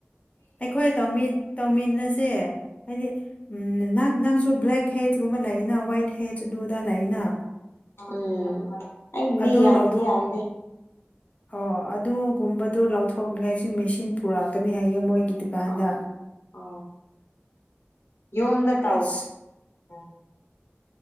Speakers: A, on the left; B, on the left.
A: ꯑꯩꯈꯣꯏ ꯇꯧ ꯇꯧꯃꯤꯟꯅꯁꯦ ꯍꯥꯏꯗꯤ ꯎꯝ ꯅꯪ ꯅꯪꯁꯨ ꯕ꯭ꯂꯦꯛ ꯍꯦꯠꯀꯨꯝꯕ ꯂꯩꯅ ꯋꯥꯏꯠ ꯍꯦꯠ ꯑꯗꯨ꯭ꯂꯗꯥ ꯂꯩꯅ
B: ꯎꯝ ꯑꯩꯒꯤ
A: ꯑꯗꯨ
B: ꯌꯥꯝꯗꯤ
A: ꯂꯧꯊꯣꯛ
B: ꯌꯥꯝꯗ
A: ꯑꯣ ꯑꯗꯨꯒꯨꯝꯕꯗꯣ ꯂꯥꯎꯊꯣꯛꯅꯤꯡꯉꯥꯏꯁꯨ ꯃꯦꯆꯤꯟ ꯄꯨꯔꯛꯀꯅꯤ ꯍꯥꯏꯌꯦ ꯃꯣꯏꯒꯤ ꯗꯨꯀꯥꯟꯗ
B: ꯑ ꯑ ꯌꯨꯝꯗ ꯇꯥꯎ
A: ꯑꯁ
B: ꯎꯝ